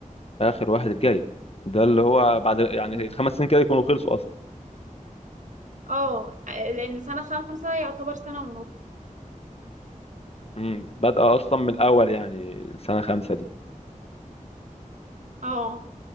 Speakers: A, on the left; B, on the right.
A: اخر واحد الجاي ده اللي هو بعد يعني
B: مم.
A: الخمس سنين كده يكونوا خلصوا
B: اه لأن سنة خمسة يعتبر سنة ونص
A: امم بادئة أصلا من الأول يعني سنة خمسة دي
B: اه